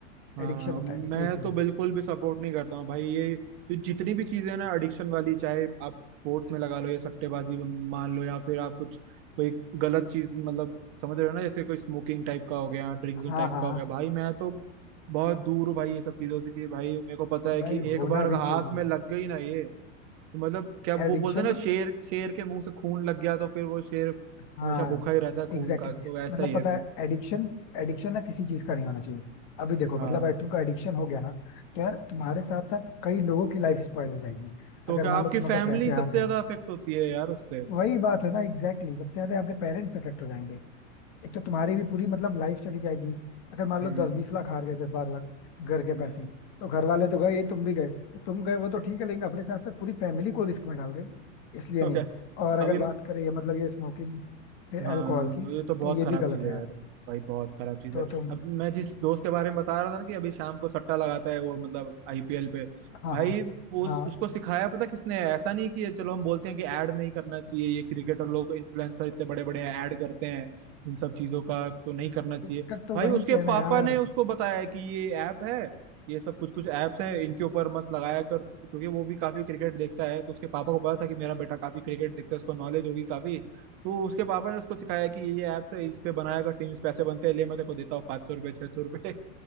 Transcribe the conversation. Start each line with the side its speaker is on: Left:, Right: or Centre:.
Right: हाँ
Left: एडिक्शन होता है इनसे
Right: मैं
Left: इस वजह
Right: तो बिल्कुल
Left: से
Right: भी सपोर्ट नहीं करता हूँ भाई ये ये जितनी भी चीजें हैं ना एडिक्शन वाली चाहे आप स्पोर्ट्स में लगा लो या सट्टेबाजी में मान लो या फिर आप कुछ कोई गलत चीज मतलब समझ रहे हो ना जैसे कोई स्मोकिंग टाइप का हो गया ड्रिंकिंग
Left: हाँ
Right: टाइप
Left: हाँ
Right: का हो गया भाई मैं तो बहुत दूर हूँ भाई ये सब चीजों से कि भाई मेरे को पता है
Left: भाई
Right: कि
Left: होना
Right: एक बार अगर
Left: भी
Right: हाथ
Left: चाहिए
Right: में लग गई ना ये तो मतलब क्या वो
Left: एडिक्शन
Right: बोलते हैं ना शेर शेर के मुंह से खून लग गया तो फिर वो शेर
Left: हाँ
Right: हमेशा भूखा ही रहता है खून
Left: एग्जैक्टली
Right: का
Left: exactly.
Right: तो ऐसा
Left: मतलब
Right: ही
Left: पता
Right: है फिर
Left: है एडिक्शन एडिक्शन ना किसी चीज का नहीं होना चाहिए अभी देखो
Right: हाँ
Left: मतलब अगर तुमका एडिक्शन हो गया ना तो यार तुम्हारे साथ साथ कई लोगों की लाइफ स्पॉइल हो जाएगी
Right: तो
Left: अगर
Right: क्या
Left: मान
Right: आपकी
Left: लो तुम
Right: फैमिली
Left: अगर पैसे
Right: सबसे
Left: हार गए
Right: ज्यादा अफेक्ट होती है यार उससे
Left: वही बात है ना एग्जैक्टली exactly. सबसे ज्यादा आपके पेरेंट्स अफेक्ट हो जाएंगे एक तो तुम्हारी भी पूरी मतलब लाइफ चली जाएगी अगर मान
Right: हम्म
Left: लो दस बीस लाख हार गए दस बारह लाख घर के
Right: हम्म,
Left: पैसे तो घर वाले तो गए ये तुम भी गए तो तुम गए वो तो ठीक है लेकिन अपने साथ साथ पूरी फैमिली को रिस्क में डाल रहे हो इसलिए
Right: तो
Left: नहीं
Right: क्या
Left: और अगर
Right: अभी
Left: बात करें ये मतलब ये स्मोकिंग फिर
Right: हाँ
Left: अल्कोहल की
Right: ये तो बहुत
Left: तो ये
Right: खराब
Left: भी गलत
Right: चीज है
Left: है
Right: यार
Left: यार
Right: भाई बहुत खराब चीज
Left: तो
Right: है
Left: तुम
Right: अब मैं जिस दोस्त के बारे में बता रहा था ना कि अभी शाम को सट्टा लगाता है वो मतलब आईपीएल पे
Left: हाँ
Right: भाई
Left: हाँ
Right: वो
Left: हाँ
Right: उस- उसको सिखाया पता किसने ऐसा नहीं कि चलो हम बोलते हैं कि ऐड नहीं करना चाहिए ये क्रिकेटर लोग इन्फ्लुएंसर इतने बड़े बड़े ऐड करते हैं इन सब चीजों का तो नहीं करना चाहिए
Left: दिक्कत तो
Right: भाई
Left: वहीं
Right: उसके
Left: से
Right: पापा
Left: है ना यार
Right: ने उसको बताया है कि ये ऐप है ये सब कुछ कुछ ऐप्स हैं इनके ऊपर मस्त लगाया कर क्योंकि वो भी काफी क्रिकेट देखता है तो उसके पापा को पता था कि मेरा बेटा काफी क्रिकेट देखता है उसको नॉलेज होगी काफी तो उसके पापा ने उसको सिखाया कि ये ऐप्स है इस पे बनाया कर टीम्स पैसे बनते हैं ले मैं तेरे को देता हूँ पाँच सौ रुपये छह सौ रुपये